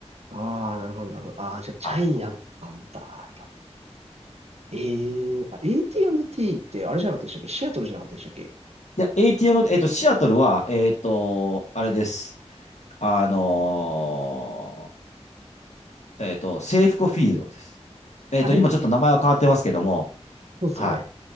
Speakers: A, on the right; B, on the left.
A: ああ、なるほど、なるほど。ああ、じゃあ、ジャイアンツなんだ。
B: はい。
A: ええあ、AT&T ってあれじゃなかったでしたっけシアトルじゃなかったでしたっけ
B: いや、AT&、えっと、シアトルは、えっと、あれです。あのーえっと、制服フコフィールドです。えっと、
A: あ、なんか、
B: 今ちょっと名前は変わってますけども、
A: そうですよね。
B: はい。